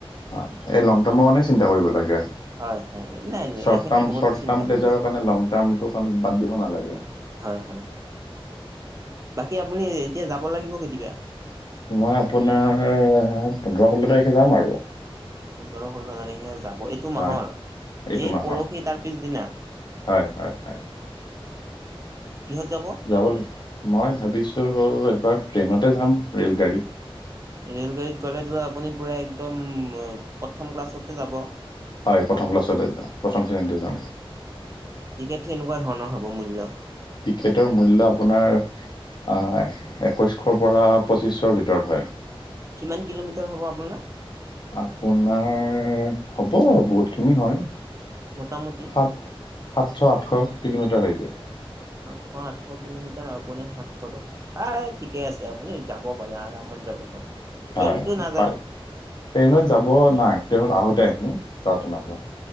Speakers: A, on the left (about 50°); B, on the right (about 30°).
A: অ', এই লং টাৰ্মৰ কাৰণে চিন্তা কৰিব লাগে।
B: হয় হয় নাই নাই
A: শ্বট
B: এখেতে
A: টাৰ্ম-শ্বট
B: বহুত চিন্তা
A: টাৰ্ম প্লেজাৰৰ
B: কৰিছে হয়
A: কাৰণে লং টাৰ্ম টো বাদ দিব নালাগে।
B: হয়, হয়। বাকী আপুনি এতিয়া যাব লাগিব কেতিয়া?
A: মই আপোনাৰ পোন্ধৰ ষোল্ল তাৰিখে যাম আৰু।
B: পোন্ধৰ ষোল্ল তাৰিখে যাব এইটো মাহৰ,
A: হয় এইটো
B: এই
A: মাহৰ
B: পৰহি তাৰ পিছদিনা?
A: হয় হয় হয়
B: কিহত যাব?
A: যাব লাগিব। মই ভাবিছোঁ এবাৰ ট্ৰেইনতে যাম ৰে'লগাড়ীত।
B: ৰেল গাড়ীত গ'লেতো আপুনি পুৰা একদম প্ৰথম ক্লাছতে যাব।
A: হয় প্ৰথম ক্লাছতে যাম, প্ৰথম শ্ৰেণীতে যাম।
B: টিকেটটো কেনেকুৱা ধৰণৰ হব মূল্য?
A: টিকেটৰ মূল্য আপোনাৰ আহ একৈশশৰ পৰা পঁচিশৰ ভিতৰত হয়।
B: কিমান কিলোমিটাৰ হ'ব আপোনাৰ?
A: আপোনাৰ হ'ব, বহুত খিনি হয়।
B: মোটামুটি?
A: সাত সাতশ আঠশ কিলোমিটাৰ হৈ যায়।
B: সাতশ আঠশ কিলোমিটাৰ আপুনি সাতশ টকা। আ ঠিকে আছে আপুনি যাব পাৰে আৰামত যাব পাৰে। প্লেনটো
A: হয়
B: নাযায়
A: পাৰি ট্ৰেইনত যাব নাই ট্ৰেইনত আহোতে আহিম যাওঁতে নাযাওঁ।